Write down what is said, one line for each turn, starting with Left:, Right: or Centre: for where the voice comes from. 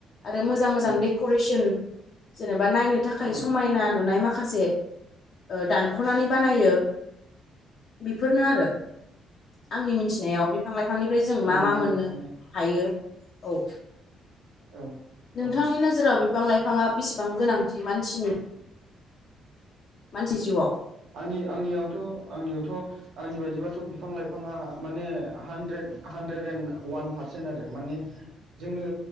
Left: आरो मोजां मोजां
Right: औ
Left: डेक'रेसन जेनेबा नायनो थाखाय
Right: औ
Left: समायना नुनाय माखासे दानख'नानै बानायो बेफोरनो आरो आंनि मिथिनायाव बिफां लाइफांनिफ्राय जों
Right: औ
Left: मा मा
Right: नंगौ
Left: मोननो
Right: नोंथां
Left: हायो औ
Right: औ
Left: नोंथांनि
Right: औ
Left: नोजोराव बिफां लाइफाङा बेसेबां गोनांथि मानसिनि मानसि जिउआव
Right: आंनि आंनियावथ' आंनियावथ' आंनि बायदिबाथ' बिफां लाइफाङा माने hundred hundred and one percent आरो माने जोंनो